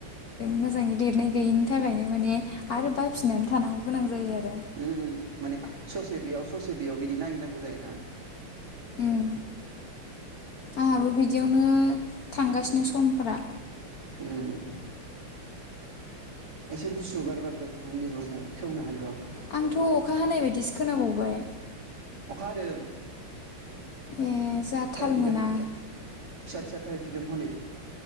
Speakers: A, on the left; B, on the right.
A: मोजाङै लेरनाय गैयैनि थाखायनो माने आरो बाफिननानै थानांगौ गोनां जायो आरो
B: उ माने ससे बेयाव ससे बेयाव बिदि नागिरनांगौ जायोना <inaudible>
A: उम आंहाबो बिदियावनो थांगासिनो समफोरा
B: उम एसे गुसु बार बारदों रुमनि दरजायाव खेवना हानि र' आ
A: आंथ' अखा हानाय बायदिसो खोनाबावबाय
B: अखा हादों
A: ए जा थाल
B: थाइफ्रिदों
A: मोना
B: फिसा फिसा थाइफ्रिदों हनै